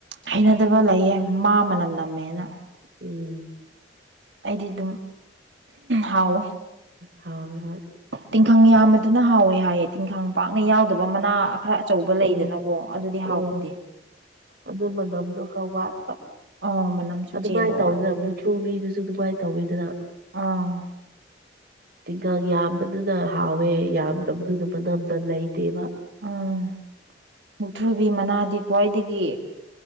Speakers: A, on the right (about 75°); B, on the right (about 60°).
A: ꯍꯩꯅꯗꯕ ꯂꯩꯌꯦ ꯃꯥ ꯃꯅꯝ ꯅꯝꯃꯦꯅ
B: ꯎꯝ
A: ꯑꯩꯗꯤ ꯑꯗꯨꯝ ꯍꯥꯎꯋꯦ
B: ꯍꯥꯎꯋꯦ ꯍꯣꯏ
A: ꯇꯤꯡꯈꯪ ꯌꯥꯝꯕꯗꯨꯅ ꯍꯥꯎꯋꯦ ꯍꯥꯏꯌꯦ ꯇꯤꯡꯈꯪ ꯄꯥꯛꯅ ꯌꯥꯎꯗꯕ ꯃꯅꯥ ꯈꯔ ꯑꯆꯧꯕ ꯂꯩꯗꯅꯀꯣ
B: ꯎꯝ
A: ꯑꯗꯨꯗꯤ ꯍꯥꯎꯗꯦ
B: ꯎꯝ ꯑꯗꯨ ꯃꯅꯝꯗꯣ ꯈꯔ ꯋꯥꯠꯄ
A: ꯑꯥ ꯃꯅꯝꯁꯨ
B: ꯑꯗꯨꯃꯥꯏꯅ
A: ꯆꯦꯟꯕ
B: ꯇꯧꯗꯅ
A: ꯋꯥꯅꯤ
B: ꯃꯨꯊ꯭ꯔꯨꯕꯤꯗꯨꯁꯨ ꯑꯗꯨꯃꯥꯏꯅ ꯇꯧꯋꯤꯗꯅ
A: ꯑꯥ
B: ꯇꯤꯡꯈꯪ ꯌꯥꯝꯕꯗꯨꯅ ꯍꯥꯎꯋꯦ ꯌꯥꯝꯗꯕꯗꯨꯅ ꯃꯅꯝꯗ ꯂꯩꯇꯦꯕ
A: ꯎꯝ ꯃꯨꯛꯊ꯭ꯔꯨꯕꯤ ꯃꯅꯥꯗꯤ ꯈ꯭ꯋꯥꯏꯗꯒꯤ